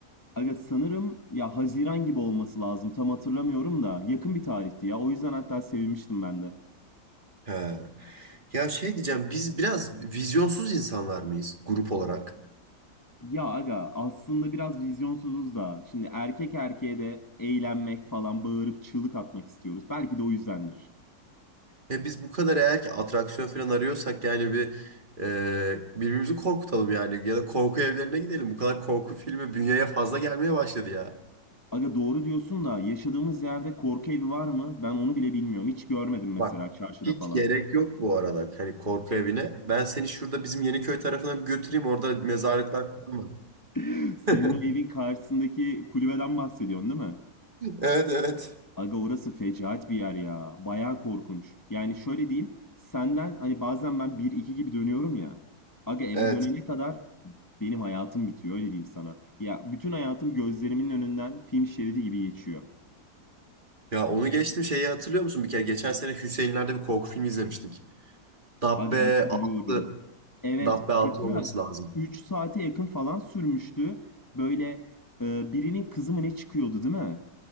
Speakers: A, on the left; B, on the right.
A: Aga sanırım ya Haziran gibi olması lazım. Tam hatırlamıyorum da yakın bir tarihti ya. O yüzden hatta sevinmiştim ben de.
B: He. Ya şey diyeceğim biz biraz vizyonsuz insanlar mıyız grup olarak?
A: Ya aga aslında biraz vizyonsuzuz da. Şimdi erkek erkeğe de eğlenmek falan bağırıp çığlık atmak istiyoruz. Belki de o yüzdendir.
B: Ya biz bu kadar eğer ki atraksiyon falan arıyorsak yani bir e, birbirimizi korkutalım yani ya da korku evlerine gidelim. Bu kadar korku filmi bünyeye fazla gelmeye başladı ya.
A: Aga doğru diyorsun da yaşadığımız yerde korku evi var mı? Ben onu bile bilmiyorum. Hiç görmedim mesela
B: Bak
A: çarşıda
B: hiç
A: falan.
B: gerek yok bu arada hani korku evine. Ben seni şurada bizim Yeniköy tarafına bir götüreyim orada mezarlıklar falan var.
A: <laughs> Senin
B: <laughs>
A: o evin karşısındaki kulübeden bahsediyorsun değil mi?
B: Evet evet.
A: Aga orası fecaat bir yer ya. Bayağı korkunç. Yani şöyle diyeyim. Senden hani bazen ben bir iki gibi dönüyorum ya. Aga eve
B: Evet.
A: dönene kadar benim hayatım bitiyor öyle diyeyim sana. Ya bütün hayatım gözlerimin önünden film şeridi gibi geçiyor.
B: Ya onu geçtim şeyi hatırlıyor musun? Bir kere geçen sene Hüseyinler'de bir korku filmi izlemiştik. Dabbe
A: Aga hatırlıyorum.
B: 6
A: Evet,
B: Dabbe altı
A: hatta
B: olması lazım.
A: 3 saate yakın falan sürmüştü. Böyle e, birinin kızı mı ne çıkıyordu değil mi?